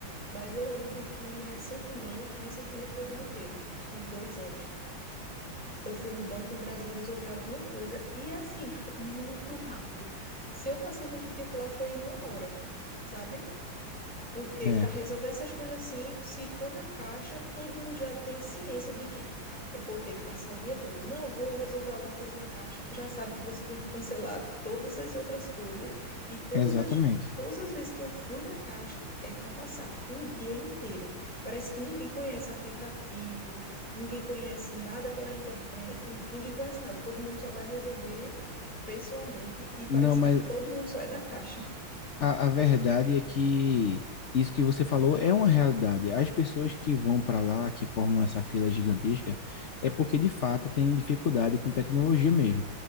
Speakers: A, in the centre; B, on the left (about 50°).
A: Mas eu lembro que recentemente, recentemente que eu digo o quê? Uns dois anos. Eu fui no Banco do Brasil resolver alguma coisa e é assim, <laughs> muito rápido. Se eu passei muito tempo lá, foi uma hora, sabe? Porque
B: é,
A: para resolver essas coisas assim, se for na caixa, todo mundo já tem ciência de que eu vou ter que passar o dia todo. Não vou resolver alguma coisa na caixa, já sabe que você tem que cancelar todas as outras coisas e todas
B: exatamente.
A: as todas as vezes que eu fui na caixa é para passar o dia inteiro. Parece que ninguém conhece aplicativo, ninguém conhece nada pela internet, nin- ninguém conhece nada. Todo mundo só vai resolver pessoalmente e parece
B: Não, mas
A: que todo mundo só é da <laughs> caixa.
B: A, a verdade é que isso que você falou é uma realidade. As pessoas que vão para lá, que formam essa fila gigantesca, é porque de fato tem dificuldade com tecnologia mesmo.